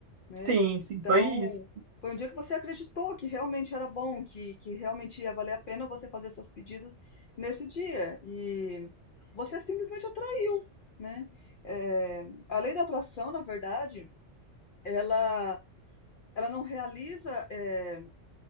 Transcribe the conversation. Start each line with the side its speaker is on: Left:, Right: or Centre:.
Left: né?
Right: sim, sim,
Left: Então,
Right: foi isso.
Left: foi um dia que você acreditou que realmente era bom, que, que realmente ia valer a pena você fazer seus pedidos nesse dia. E você simplesmente atraiu, né? Eh, a lei da atração, na verdade, ela, ela não realiza, eh,